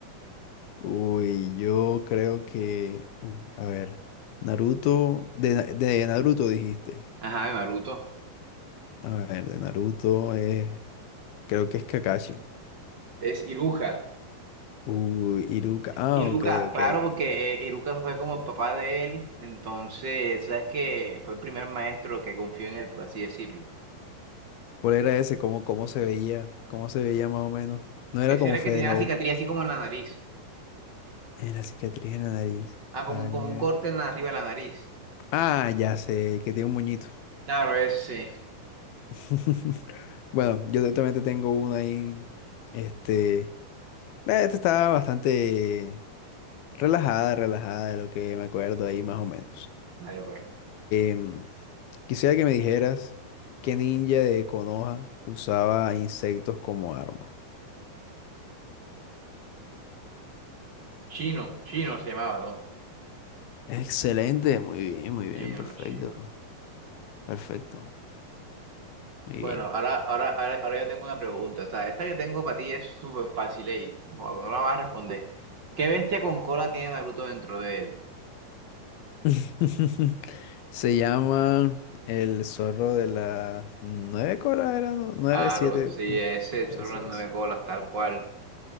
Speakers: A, on the left (about 80°); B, on the right (about 55°).
A: Uy, yo creo que, uh, a ver, Naruto, de, Na- de Naruto dijiste.
B: Ajá, de Naruto.
A: A ver, de Naruto es Creo que es Kakashi.
B: Es Iruka.
A: Uy, Iruka. Ah,
B: Iruka,
A: ok, ok.
B: claro, porque eh, Iruka fue como el papá de él, entonces, sabes que fue el primer maestro que confió en él, por así decirlo.
A: ¿Cuál era ese? ¿Cómo, cómo se veía? ¿Cómo se veía más o menos? No era
B: Ese
A: como
B: era el
A: Fede
B: que tenía
A: Lobo.
B: la cicatriz así como en la nariz.
A: En la cicatriz en la nariz.
B: Ah,
A: A
B: como un, como
A: ver.
B: un corte en la arriba de la nariz.
A: Ah, ya sé, el que tiene un moñito.
B: Claro, ese.
A: <laughs> Bueno, yo te- también te tengo una ahí. Este. eh, Esta estaba bastante relajada, relajada de lo que me acuerdo ahí más o menos.
B: Dale, pues.
A: Em, quisiera que me dijeras qué ninja de Konoha usaba insectos como arma.
B: Chino, Chino se llamaba, ¿no?
A: Excelente, muy bien, muy bien,
B: Chino,
A: perfecto,
B: Chino.
A: perfecto, muy
B: Bueno,
A: bien.
B: ahora, ahora, ahora, ahora yo tengo una pregunta. O sea, esta que tengo para ti es súper fácil y no no la vas a responder. ¿Qué bestia con cola tiene Naruto dentro de él?
A: <laughs> Se llama El zorro de las nueve colas, era ¿No? nueve,
B: Claro,
A: siete.
B: sí, ese,
A: Ese
B: son las nueve
A: es.
B: colas, tal cual.